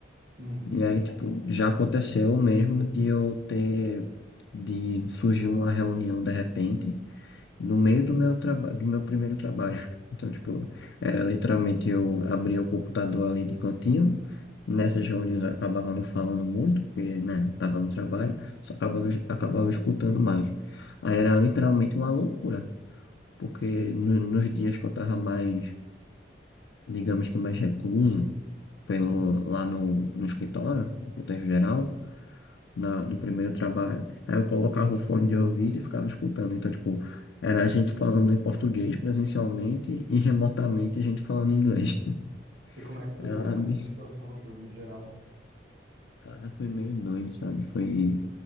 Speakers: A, on the right (about 65°); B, on the left (about 80°).
A: uhum,
B: E aí, tipo, já aconteceu mesmo de eu ter, de surgir uma reunião de repente, no meio do meu trabalho, do meu primeiro trabalho. <laughs> Então, tipo, era literalmente eu abria o computador ali de cantinho. Nessas reuniões eu acabava não falando muito, porque, né, tava no trabalho, só acabava, es- acabava escutando mais. Aí era literalmente uma loucura, porque no- nos dias que eu tava mais, digamos que mais recluso, pelo,
A: uhum.
B: lá no, no escritório, no contexto geral, na- no primeiro trabalho. Aí eu colocava o fone de ouvido e ficava escutando. Então, tipo, era a gente falando em português presencialmente e remotamente a gente falando em inglês. <laughs>
A: E como é que tu
B: Era
A: lidou
B: uma...
A: com
B: mi-
A: essa situação, Júlio, em geral?
B: Cara, foi meio doido, sabe? Foi...